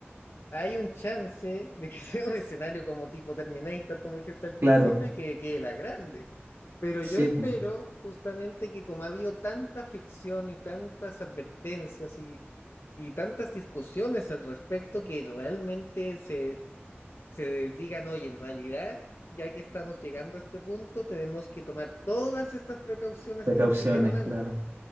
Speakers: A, on the left; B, on the right.
A: hay un chance de que <laughs> sea un escenario como tipo Terminator, como dijiste al principio,
B: Claro,
A: y que quede la grande. Pero
B: sí,
A: yo espero
B: po,
A: justamente que como ha habido tanta ficción y tantas advertencias y y tantas discusiones al respecto que realmente se se digan, oye, en realidad, ya que estamos llegando a este punto, tenemos que tomar todas estas precauciones
B: precauciones,
A: que nos dijeron antes,
B: claro.